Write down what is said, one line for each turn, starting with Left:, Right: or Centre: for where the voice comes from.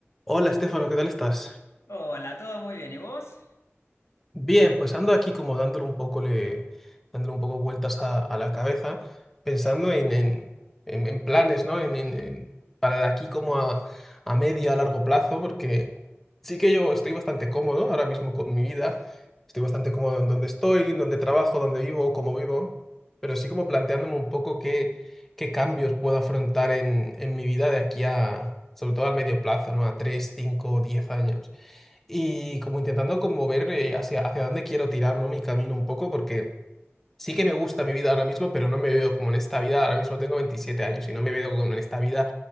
Centre: Hola, Estefano, ¿qué tal estás?
Left: Hola, todo muy bien. ¿Y vos?
Centre: Bien, pues ando aquí como dándole un poco, le, dándole un poco vueltas a, a la cabeza, pensando en, en, en- en planes, ¿no? En, en- en- para de aquí como a, a medio, a largo plazo, porque sí que yo estoy bastante cómodo ahora mismo con mi vida, estoy bastante cómodo en donde estoy, en donde trabajo, donde vivo, cómo vivo, pero sí como planteándome un poco qué, qué cambios puedo afrontar en, en mi vida de aquí a, sobre todo al medio plazo, ¿no? A 3, 5, 10 años y como intentando como ver eh, hacia, hacia dónde quiero tirar, ¿no? Mi camino un poco, porque sí que me gusta mi vida ahora mismo, pero no me veo como en esta vida, ahora mismo tengo 27 años y no me veo como en esta vida